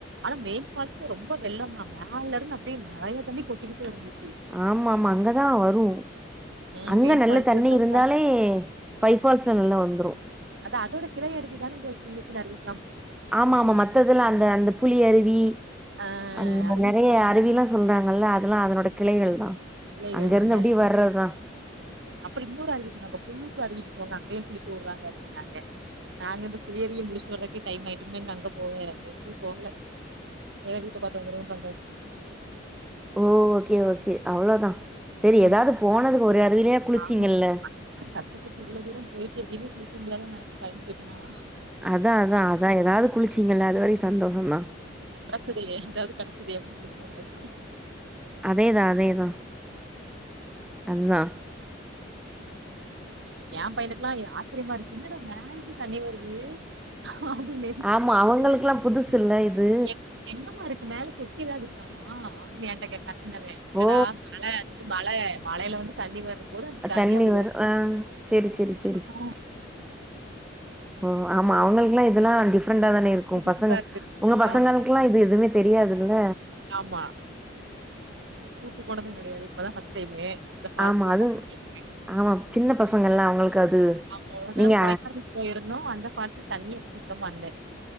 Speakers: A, on the right; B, in the centre.
A: ஆனா மெயின் ஃபால்ஸ் ரொம்ப வெள்ள தா மேல இருந்து அப்டியே நெறய தண்ணி கொட்டிக்கிட்டே இருந்துச்சு
B: ஆமா ஆமா அங்கதா வரு
A: ம்
B: அங்க
A: மெயின்
B: நல்ல
A: ஃபால்ஸு
B: தண்ணி
A: சைட்
B: இருந்தாலே பைபால்ஸ்ல நல்லா வந்துரு
A: அத அதோட கிளை அருவிதான இந்த சின்ன சின்ன அருவி
B: ஆமா ஆமா மத்ததெல்லா அந்த அந்த புலி அருவி
A: ஆ
B: அ
A: அதெல்லா
B: நெறய அருவி எல்லா சொல்றாங்கல்ல அதெல்லா அதனோட கிளைகள் தா
A: கிளைகள்
B: அங்க
A: தான
B: இருந்து அப்டியே வர்றதுதா
A: அப்பற இன்னோரு அருவி சொன்னாங்க புள்ளூத்து அருவிக்கு அங்கேயு குளிக்க விடுறாங்க அப்டினாங்க நாங்க இந்த குளியலையே முடிச்சுட்டு வர்றதுக்கே டைம் ஆயிட்டு இங்க எங்க அங்க போக அப்டின்ட்டு போகல ஏதோ வீட்ட பாத்து வந்துரூவோன் வந்தாச்சு
B: ஓ ஓகே ஓகே அவ்வளோதா சேரி
A: ம்
B: ஏதாவது போனதுக்கு
A: ஏதோ
B: ஒரு அருவிலயாத் குளிச்சிங்கல்ல
A: ஆமா கஷ்டப்பட்டு இவ்வளவு தூரம் போயிட்டு எதுலியுமே குளிக்க முடியாதோன்னு நெனச்சு பயந்து போயிட்டே நாலா
B: அதா அதா அதா ஏதாவது குளிச்சிங்கல்ல அதுவரைக்கும் சந்தோஷம் தா
A: <unintelligible> இதாவது கடச்சிதே அப்புடின்னு குளிச்சிட்டு வந்தாச்சு
B: அதேதா அதேதா அதுதா
A: இல்ல சிஸ் ஏன் பையனுக்ககுல்லா எ ஆச்சரியமா இருச்சு என்னடா மேல்து தண்ணி வருது <unintelligible>
B: ஆமா அவங்களுக்குல்லா புதுசு இல்ல இது
A: எங்கம்மா இருக்கு மேல தொட்டி ஏதாவது இருக்காமா அப்புடின்னு என்ட்ட கேக் கட்னது இல்லடா
B: ஓ
A: மலை அந்து மலை மலையில வந்து தண்ணி வரும்போது அதுக்கு கனி
B: தண்ணி
A: அப்புடி
B: வரு
A: வ
B: ஆ சேரி சேரி சேரி
A: ம்
B: ஓ ஆமா அவங்கள்க்குல்லா இதெல்லாம் டிஃப்ரண்ட்டா தானே இருக்கும்
A: புதுசா
B: பசங்க
A: இருந்துச்சு
B: உங்க பசங்களுக்குல்லா
A: ஆமா
B: இது எதுவுமே தெரியாதுல்ல
A: ஆமா கூட்டு போனதும் கிடையாது இப்பதா ஃபர்ஸ்ட் டைமு இந்த ஃபால்ஸ்லா
B: ஆமா அதுவும்
A: பாக்கறதுக்கு
B: ஆமா சின்ன பசங்கல்லா அவங்களுக்கு அது
A: நாங்க ஒருதடவ
B: நீங்க
A: கொடைக்கானல் போயிருந்தோ அந்த ஸ்பாட்ல தண்ணி அப்ப சுத்தமா இல்ல